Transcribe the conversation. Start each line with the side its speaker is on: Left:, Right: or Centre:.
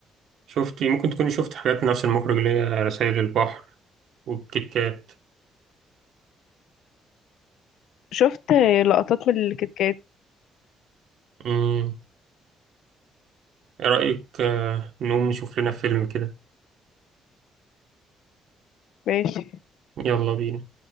Right: شفتي ممكن تكوني شفت حاجات نفس المخرج اللي هي رسائل البحر والكيت كات
Left: شفت لقطات من الكتكات
Right: أمم، إيه رأيك آه، نقوم نشوف لنا فيلم كده
Left: ماشي
Right: يلا بينا